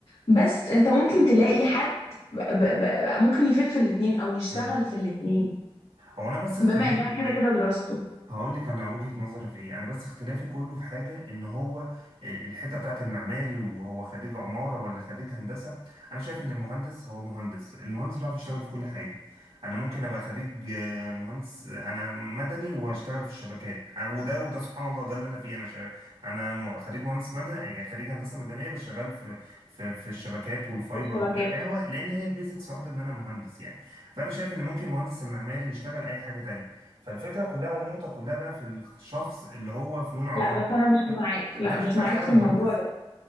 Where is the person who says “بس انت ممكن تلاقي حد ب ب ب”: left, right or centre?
Left